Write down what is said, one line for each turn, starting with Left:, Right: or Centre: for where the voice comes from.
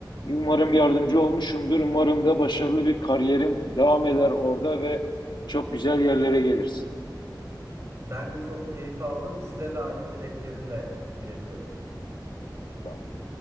Left: Umarım yardımcı olmuşumdur. Umarım da başarılı bir kariyerin devam eder orada ve çok güzel yerlere gelirsin.
Right: Ben de çok keyif aldım. Size de aynı dileklerimle iletiyorum.
Left: Tamam.